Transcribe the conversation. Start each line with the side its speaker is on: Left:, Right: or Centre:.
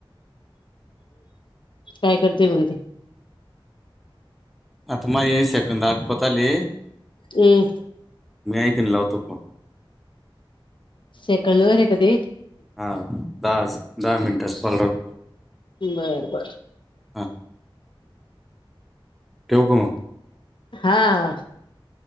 Left: काय करते म्हणते.
Centre: आता माझे सेकंद आपटत आले.
Left: हम्म
Centre: मी <unintelligible> लावतो फोन
Left: सेकंड वर आहे का ते?
Centre: हा दहा दहा मिनटाच कॉल राहतो.
Left: बर बर
Centre: हा ठेवू का मग?
Left: हां